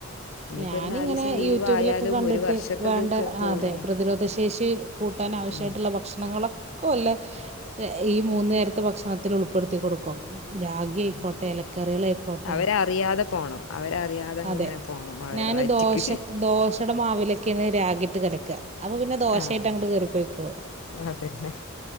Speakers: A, on the left; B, on the right.
A: ഇനിയിപ്പോൾ
B: ഞാനിങ്ങനെ
A: ഒരു നാല് ദിവസം ലീവ്
B: യൂട്യൂബിലൊക്കെ
A: ആയാലും
B: കണ്ടിട്ട്.
A: ഒരു വർഷത്തെ
B: വേണ്ട
A: ഇത് പോവില്ലല്ലോ
B: അതെ പ്രതിരോധ ശേഷി കൂട്ടാനാവശ്യായിട്ട്ള്ള
A: ഉം.
B: ഭക്ഷണങ്ങളൊക്കൊ ല്ല ഈ മൂന്നു നേരത്തെ ഭക്ഷണത്തിലുൾപ്പെടുത്തി കൊടുക്കും. രാഗിഅയ്ക്കോട്ടെ,
A: ആ
B: എലക്കറികളെ ക്കോട്ടെ
A: അവരറിയാതെ പോണം അവരറിയാതെ അങ്ങനെ
B: അതെ
A: പോണം അവരുടെ
B: ഞാന്
A: വയറ്റിക്ക്
B: ദോശ ദോശടെ മാവിലെ ക്കേണ് രാഗിട്ട് കലക്കാ. അപ്പൊ പിന്നെ ദോശയിട്ട്
A: ആഹ്
B: അങ്ങട്ട് കേറി പൊയ്ക്കോളും
A: അതന്നെ..